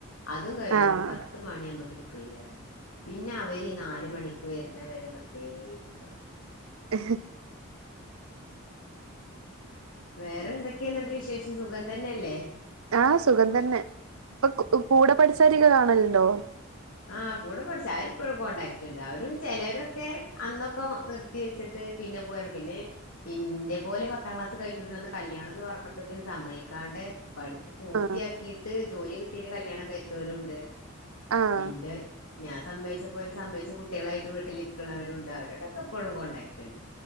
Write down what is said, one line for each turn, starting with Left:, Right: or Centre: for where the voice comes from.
Left: അതും കഴിഞ്ഞ
Right: ആഹ്
Left: ഒരു പത്ത് മണിാവുമ്പക്കിന് ഫ്രീ ആയി പിന്നെ അവര് നാല മണി വരുന്ന വരെ വെറുതെ ഇരിക്കുക
Right: <inaudible>
Left: വേറെ എന്തൊക്കെയാ എന്നിട്ട് വിശേഷം സുഖം തന്നെയല്ലേ
Right: ആഹ സുഖം തന്നെ ഇപ്പൊ കൂടെ പഠിച്ചാരിക്കരിക്ക കാണലുണ്ടോ
Left: ആഹ കൂടെ പഠിച്ച അവരിപ്പോഴും കോണ്ടാക്റ്റ് ഉണ്ട് അവരും ചിലവരൊക്കെ അന്നൊക്കെ നിർ കുട്ടി വെച്ചിട്ട് പിന്നെ പോയാണ് പിന്നെ പിന്നന്റെ പോലെ പത്താം ക്ലാസ് കഴിഞ്ഞിട്ടന്ന് കല്യാണം എന്ന് പറഞ്ഞപ്പോക്കെ സമക്കാണ്ട് പഠിപ്പ് പൂർത്തിയാക്കിയിട്ട്
Right: ആഹ്
Left: ജോലി കിട്ടീട്ട് കല്യാണം കഴിച്ചവരുണ്ട്
Right: ആഹ്
Left: എന്റെ ഞാൻ സംമ്മവച്ച പോലെ സംമ്മച്ച കുട്ടികളായിട്ട് വീട്ടിൽ ഇക്കണവരുണ്ട് അവരോട ഇ എപ്പോഴും കോൺടാക്ട് ഉണ്ട്